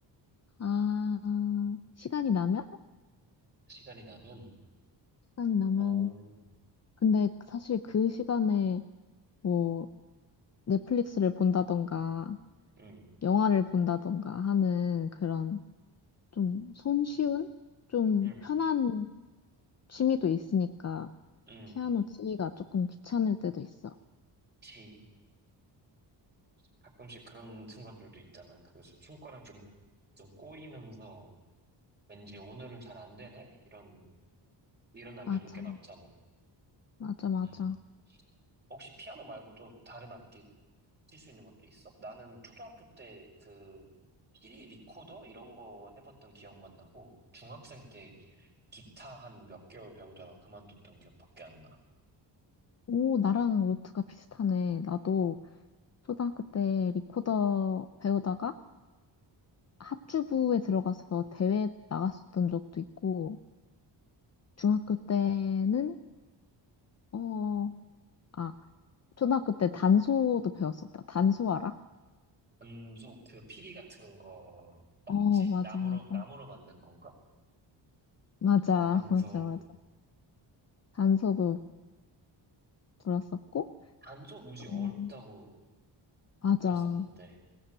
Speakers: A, on the left; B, on the right.
A: 아, 시간이 나면?
B: 시간이 나면,
A: 시간이 나면.
B: 오,
A: 근데 사실 그 시간에 뭐 넷플릭스를 본다던가,
B: 응
A: 영화를 본다던가 하는 그런 좀 손쉬운? 좀
B: 응
A: 편한 취미도 있으니까
B: 응
A: 피아노 치기가 조금 귀찮을 때도 있어.
B: 치. 가끔씩 그런 순간들도 있잖아. 그 손가락 좀, 좀 꼬이면서 왠지 오늘은 잘 안 되네? 이런, 이런 날들도
A: 맞아,
B: 꽤 많잖아.
A: 맞아, 맞아.
B: 음. 혹시 피아노 말고도 다른 악기 칠 수 있는 것도 있어? 나는 초등학교 때 그 피리 리코더 이런 거 해봤던 기억만 나고 중학생 때 기타 한 몇 개월 배우다가 그만뒀던 기억밖에 안 나.
A: 오, 나랑 루트가 비슷하네. 나도 초등학교 때 리코더 배우다가 합주부에 들어가서 대회 나갔었던 적도 있고, 중학교 때는, 어, 아, 초등학교 때 단소도 배웠었다. 단소 알아?
B: 안소 그 피리 같은 거 맞지?
A: 어, 맞아,
B: 나무로
A: 맞아.
B: 나무로 만든 건가?
A: 맞아,
B: 단소
A: <laughs> 맞아, 맞아. 단소도 불었었고,
B: 단소 무지
A: 어,
B: 어렵다고
A: 맞아.
B: 들었었는데